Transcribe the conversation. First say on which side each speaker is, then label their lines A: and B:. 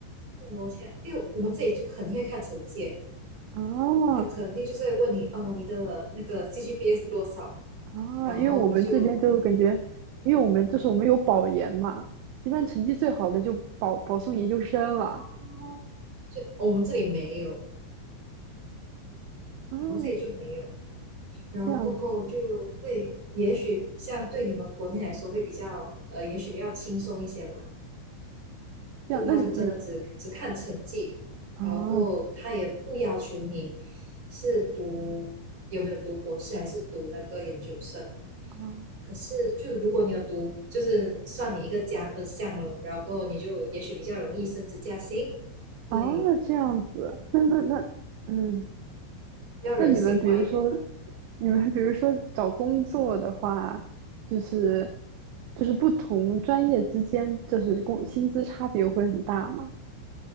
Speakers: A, on the right; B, on the right.
A: 哇我天，因为我们自己就肯定会看成绩欸
B: 哦，
A: 他肯定就是会问你，哦，你的那个 CGPA 是多少？
B: 啊，
A: 然后你就，
B: 因为我们这边就感觉，因为我们就是我们有保研嘛，一般成绩最好的就保保送研究生了。
A: 哦，就是哦我们这里没有，
B: 嗯，
A: 我们这里就没有。然后过后就会，
B: 这样子，
A: 也许像对你们国内来说会比较，呃，也许比较轻松一些吧。
B: 这样，
A: 就他就真的只只看成绩，
B: 那你啊
A: 然后过后他也不要求你是读有没有读博士还是读那个研究生，
B: 啊
A: 可是，就如果你有读，就是算你一个加分项了，然后你就也许比较容易升职加薪，对，
B: 啊这样子，那那那嗯，
A: 比较人性化一点吧，
B: 那你们比如说，你们比如说找工作的话，就是就是不同专业之间就是工薪资差别会很大吗？